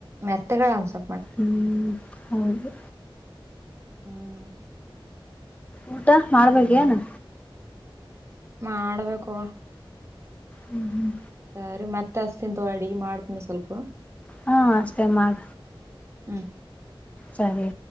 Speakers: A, on the right (about 30°); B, on the left (about 15°).
A: ಮಸ
B: ಹ್ಮ್ ಹೌದು.
A: ಹ್ಮ್
B: ಊಟ ಮಾಡ್ಬೇಕ ನಾನು.
A: ಮಾಡಬೇಕು‌.
B: ಹ್ಮ್ ಹ್ಮ್
A: ಸರಿ, ಮತ್ತೆ ಹಸಿನ ತೊ ಅಡಿ ಮಾಡ್ತೀನಿ ಸ್ವಲ್ಪ.
B: ಹಾ ಅಷ್ಟೇ ಮಾಡ
A: ಹ್ಮ
B: ಸರಿ